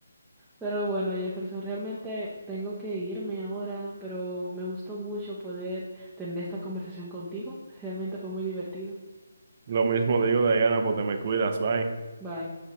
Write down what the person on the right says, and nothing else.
Lo mismo digo, Diana, pues te me cuidas, bye.